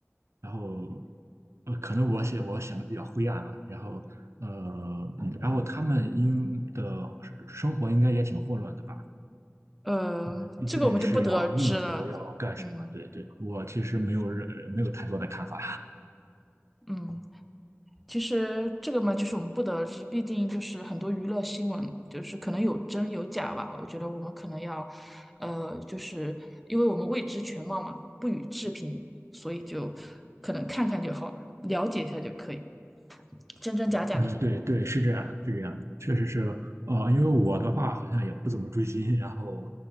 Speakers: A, on the right; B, in the centre.
A: 然后，呃，可能我写我想的比较灰暗吧，然后，呃，嗯然后他们应的生活应该也挺混乱的吧，
B: 呃，
A: 因为毕竟是要应酬，
B: 这个我们就不得而知了。
A: 要干什么，
B: 嗯。
A: 对对，我其实没有任没有太多的看法。
B: 嗯。其实这个嘛，就是我们不得而知，毕竟就是很多娱乐新闻，就是可能有真有假吧。我觉得我们可能要，呃，就是因为我们未知全貌嘛，不予置评，所以就可能看看就好了，了解一下就可以。真真假
A: 嗯，对对，是这样的，是这样的，确实是，呃，因为我的话好像也不怎么追星，然后，